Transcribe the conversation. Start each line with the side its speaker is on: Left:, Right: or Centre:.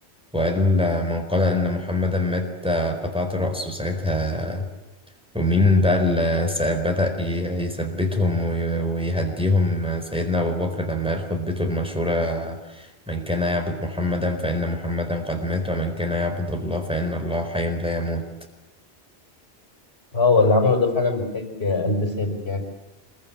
Centre: وقال آه، من قال إن محمدا مات آه، قطعت رأسه ساعتها ومين بقى اللي س- بدأ ي- يثبتهم وي- ويهديهم آه، سيدنا أبو بكر لما قال خطبته المشهورة آه، من كان يعبد محمدا فإن محمدا قد مات ومن كان يعبد الله فإن الله حي لا يموت
Left: اه هو اللي عمله ده فعلا محتاج قلب ثابت يعني